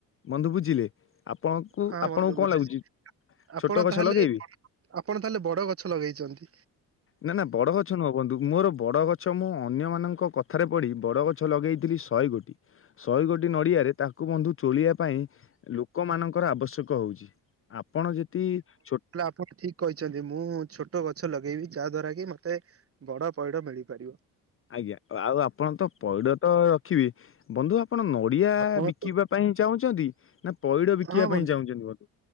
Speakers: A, on the left (about 30°); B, on the right (about 30°).
A: ବନ୍ଧୁ ବୁଝିଲେ, ଆପଣଙ୍କୁ
B: ହଁ
A: ଆପଣଙ୍କୁ
B: ବନ୍ଧୁ ବୁଝୁଛି
A: କଣ ଲାଗୁଛି ଛୋଟ
B: ଆପଣ
A: ଗଛ
B: ତାହେଲେ
A: ଲଗେଇବି?
B: ଆପଣ ତାହେଲେ ବଡ ଗଛ ଲଗେଇଛନ୍ତି।
A: ନା ନା ବଡ ଗଛ ନୁହଁ ବନ୍ଧୁ, ମୋର ବଡ଼ ଗଛ ମୁଁ ଅନ୍ୟମାନଙ୍କ କଥାରେ ପଢ଼ି ବଡ଼ ଗଛ ଲଗେଇଥିଲି ଶହେ ଶହେ ଗୋଟି। ଶହେ ଗୋଟି ନଡ଼ିଆ ତାକୁ ବନ୍ଧୁ ତୋଳିବା ପାଇଁ ଲୋକ ମାନଙ୍କର ଆବଶ୍ୟକ ହଉଚି। ଆପଣ ଯଦି ଛୋ
B: ହେଲେ ଆପଣ ଠିକ୍ କହିଛନ୍ତି। ମୁଁ ଛୋଟ ଗଛ ଲଗେଇବି ଯାହା ଦ୍ଵାରା କି ମତେ ବଡ ପଇଡ ମିଳିପାରିବ।
A: ଆଜ୍ଞା। ଆଉ ଆପଣ ତ ପଇଡ ତ ରଖିବି ବନ୍ଧୁ ଆ ଆପଣ ନଡିଆ
B: ଆପଣ
A: ବିକିବା
B: ତ
A: ପାଇଁ ଚାହୁଁଛନ୍ତି ନା ପଇଡ ବିକିବା
B: ହଁ ବନ୍ଧୁ
A: ପାଇଁ ଚାହୁଁଛନ୍ତି ବ